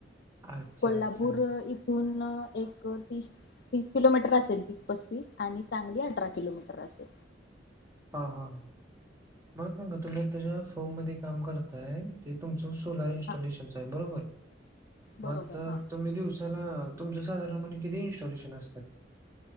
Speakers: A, on the right; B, on the left.
A: अच्छा
B: कोल्हापूर
A: अच्छा
B: इथून एक तीस तीस किलोमीटर असेल तीस. पस्तीस आणि सांगली आटरा किलोमीटर असलं.
A: हा हा मला सांगा तुम्ही, ज्या फॉम मध्ये काम करताय. ते तुमचं सोलार इन्स्टॉलेशनच
B: हा
A: आहे. बरोबर यात
B: बरोबर हा
A: तुम्ही दिवसा <unintelligible> तुमचं साधारणपणे किती इन्स्टॉलेशन असतं.